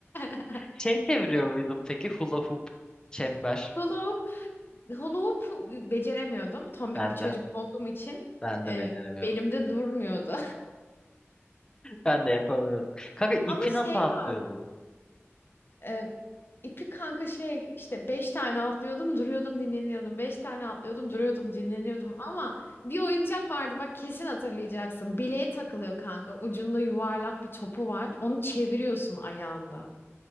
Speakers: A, on the left; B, on the left.
A: <laughs>
B: Şey çeviriyor muydum peki hula hoop, çember?
A: Hula hoop, hula hoop beceremiyordum. Tombik
B: Ben
A: bir çocuk
B: de.
A: olduğum için
B: Ben
A: e,
B: de beceremiyordum.
A: belimde durmuyordu.
B: Ben de yapamıyordum.
A: <laughs>
B: Kanka ipi
A: Ama
B: nasıl
A: şey
B: atlıyordun?
A: vardı. E, ipi kanka şey işte beş tane atlıyordum duruyordum dinleniyordum. Beş tane atlıyordum duruyordum dinleniyordum. Ama bir oyuncak vardı bak kesin hatırlayacaksın. Bileğe takılıyor kanka. Ucunda yuvarlak bir topu var. Onu çeviriyorsun ayağında.